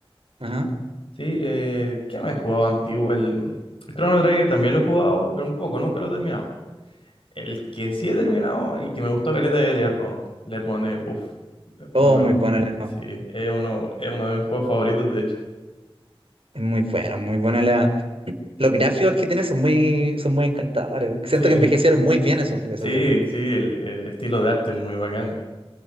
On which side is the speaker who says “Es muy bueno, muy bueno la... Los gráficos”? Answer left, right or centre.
Right